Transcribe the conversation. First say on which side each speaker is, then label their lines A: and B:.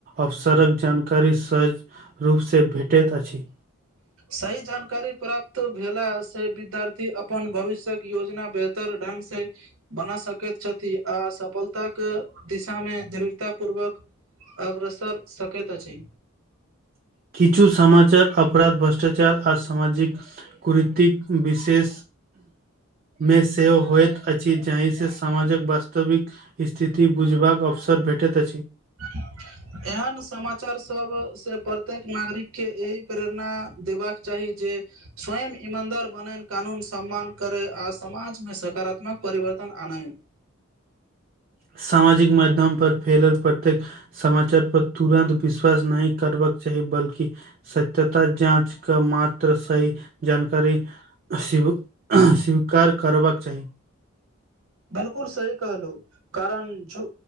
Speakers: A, on the right (about 40°); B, on the right (about 75°).
A: अवसरक जानकारी सहज रूप से भेटैत अछी।
B: सही जानकारी प्राप्त भेला से विद्यार्थी अपन भविष्यक योजना तर ढंग से बना सकैत छथि आ सफलता के दिशा में दृढ़ता पूर्वक अग्रसर सकैत अछी।
A: किछु समाचार अपराध भ्रष्टाचार आ समाजिक कुरतिक विशेष में सेहो होइत अछि जाहिसँ समाजक वास्तविक स्थिति बुझबाक अवसर भेटैत अछि।
B: आ। एहन समाचार सब से प्रत्येक नागरिक के एही प्रेरणा देबाक चाही जे स्वयं ईमानदार बनेन कानून सम्मान करैय आ समाज में सकारात्मक परिवर्तन आनय।
A: सामाजिक माध्यम पर फैलल पड़तै समाचार पर तुरन्त विश्वास नहि करबाक चाही बल्कि सत्यता जाँच क मात्र सही जानकारी स्वी स्वीकीकार करबाक चाही।
B: बिलकुल सही कहलहु। कारण झू